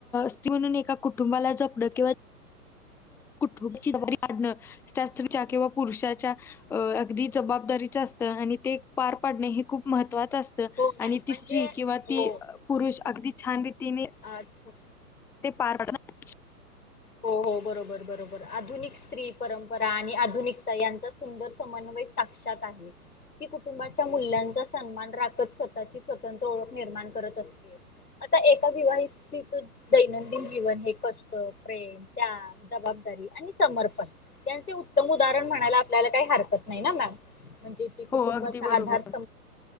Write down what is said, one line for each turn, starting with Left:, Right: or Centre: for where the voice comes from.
Centre: स्त्री म्हणून एका कुटुंबाला जपणंिंवा. कुटुंची वाढणं शस्त्रीच्या किंवा पुरुषाच्या अ अगदी जबाबदारीच असतं आणि ते पार पाडणं हे खूप महत्त्वाचं असतं.
Left: हो मॅम
Centre: आणि
Left: म्हणजे
Centre: ती स्त्री किंवा
Left: हो
Centre: ती पुरुष अगदी छान रीतीने
Left: अचछ
Centre: ते पार पडता
Left: हो हो बरोबर बरोबर आधुनिक स्त्री परंपरा आणि आधुनिकता यांचाच सुंदर समन्वय साक्षात आहे ती कुटुंबाच्या मूल्यांचा सन्मान राखत स्वतःची स्वतंत्र ओळख निर्माण करत असते आता एका विवाहीची तर दैनंदिन जीवन हे कष्ट प्रेम त्याग जबाबदारी आणि समर्पण त्यांचे उत्तम उदाहरण म्हणायला आपल्याला काही हरकत नाही ना मॅम म्हणजे की कुटुंबाचा
Centre: हो अगदी बरोबर.
Left: आधार अस